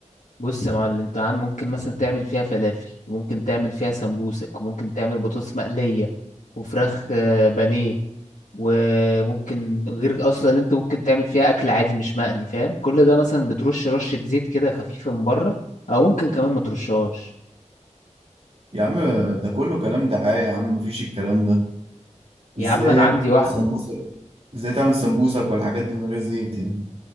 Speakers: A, on the left; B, on the right.
A: بص يا معلم انت عن ممكن مثلا تعمل فيها فلافل وممكن تعمل فيها سمبوسك وممكن تعمل بطاطس مقلية وفراخ آه، بانيه وممكن غير اصلا اللي انت ممكن تعمل فيها اكل عادي مش مقلي فاهم كل ده مثلا بترش رشة زيت كده خفيفة من بره او ممكن كمان ما ترشهاش
B: يا عم آه، ده كله كلام دعاية يا عم مفيش الكلام ده
A: يا
B: ازاي
A: عم انا عندي واحدة
B: سمبوسك ازاي تعمل سمبوسك والحاجات دي من غير زيت يعني